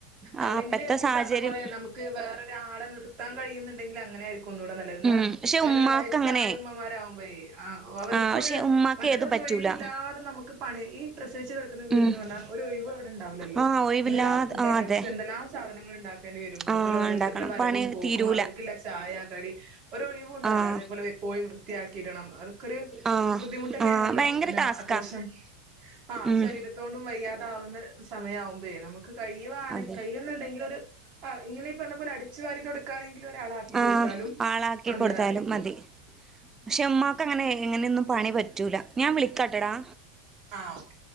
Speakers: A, on the right; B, on the right.
A: ആഹ്
B: അല്ലെങ്കില്
A: അപ്പത്തെ
B: നീ
A: സാഹചര്യം
B: പർഞ്ഞ പോലെ നമുക്ക് വേറൊരാളെ നിർത്താൻ കഴിയുന്നുണ്ടെങ്കില് അങ്ങനെ ആയിരിക്കും ഒന്നുടെ ന ല്ല ന്നാ
A: ഉം പക്ഷെ
B: അങ്ങനെല്ല
A: ഉമ്മാക്ക്
B: വയസ്സായ
A: അങ്ങനെ
B: ഉമ്മമാരാവുമ്പോയെ ആ അവര്ക്കൊര്
A: ആഹ് പക്ഷെ ഉമ്മാക്ക്
B: മറ്റത്
A: ഏതും
B: അവര്
A: പറ്റൂല
B: ഒഴിവില്ലാതെ നമുക്ക് പണി ഈ പ്രസവിച്ച് കിടക്കുന്ന വീട്ന്ന്
A: ഉം
B: പർഞ്ഞാ ഒരു ഒഴിവ് ഇണ്ടാവില ല്ലോ
A: ആഹ് ഒഴിവില്ലാതെ
B: എന്തെല്ലാം ഫുഡ്
A: ആഹ്
B: ഐറ്റംസ്
A: അതെ
B: എന്തെല്ലാം സാധനങ്ങൾ ഇണ്ടാ ണ്ടി വരും അതുപോലെ
A: ആഹ്
B: ഓരോര്ത്തര്ടെ
A: ഇണ്ടാക്കണം
B: വരവും
A: പണി
B: പോക്കും
A: തീരൂല
B: അവര്ക്ക്ള്ള ചായ കടി ഒരു ഒഴി വുണ്ടാവൂല
A: ആഹ്
B: അതേപോലെ എപ്പോഴും വൃത്തിയാക്കിടണം അതൊക്കെര്
A: ആഹ്
B: ബുദ്ധിമുട്ടന്നെണല്ലോ
A: ആഹ് ഭയങ്കര
B: പിന്നെ
A: ടാസ്കാ
B: അത്യാവശ്യം ആ
A: ഉം
B: ശരീര ത്തൊണ്ടും വയ്യാതാവുന്ന സമയാവുമ്പയെ നമുക്ക് കഴിയുവാണ
A: അതെ
B: ന്നുണ്ടെങ്കില് ഒരു ആ ഇങ്ങനെ ഇ പർഞ്ഞ പോലെ അടിച്ചുവാരി തൊടക്കാനെങ്കിലു ഒരാള ക്കി കൊടുത്താലും
A: ആഹ് ആളാക്കി
B: നല്ലതായിരിക്കും
A: കൊടുത്താലും മതി പക്ഷെ ഇമ്മാക്ക് അങ്ങനെ എങ്ങനെന്നും പണി പറ്റൂല ഞാൻ വിളിക്കാട്ടൊടാ
B: ആ ഓകെ